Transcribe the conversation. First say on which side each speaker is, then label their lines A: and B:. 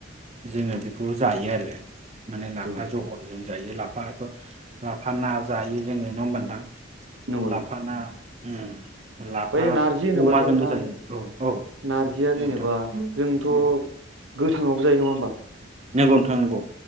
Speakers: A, on the right (about 35°); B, on the right (about 80°).
A: जोङो
B: औ
A: बेखौ जायो आरो। माने लाफा
B: औ
A: जहलजों जायो लाफाखौ लाफा ना जायो जोङो नङा होनबा नोंथां।
B: नंगौ
A: लाफाना
B: नंगौ
A: उम। लाफा
B: बै नारजि होनोबाथ'
A: अमाजोंबो
B: नोंथां
A: जायो औ औ
B: नारजिया
A: नोंथां
B: जेनेबा जोंथ'।
A: उम
B: गोथाङावबो जायो नङा होमबा।
A: नंगौ नोथां नंगौ।